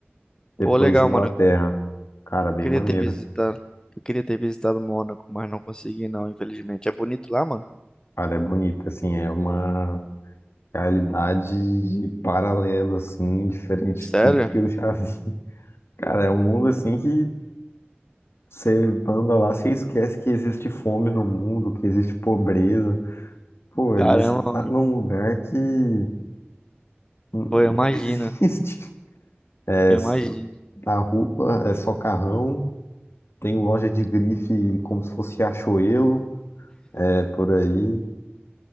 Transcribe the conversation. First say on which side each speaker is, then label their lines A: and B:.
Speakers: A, on the left; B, on the left.
A: depois
B: Pô, legal,
A: Inglaterra.
B: mano.
A: Cara, bem
B: Queria
A: maneiro.
B: ter visitado. Eu queria ter visitado Mônaco, mas não consegui não, infelizmente. É bonito lá, mano?
A: Cara, é bonito, assim, é uma Realidade paralela, assim, diferente
B: Sério?
A: de tudo que eu já <laughs> vi. Cara, é um mundo assim que você anda lá, você esquece que existe fome no mundo, que existe pobreza. Pô, ali
B: Caramba,
A: você tá
B: mano.
A: num lugar que n- não
B: Pô, eu imagino.
A: existe. <laughs> É,
B: Eu
A: s-
B: imagino.
A: na rua é só carrão, tem loja de grife como se fosse Riachuelo, é por aí.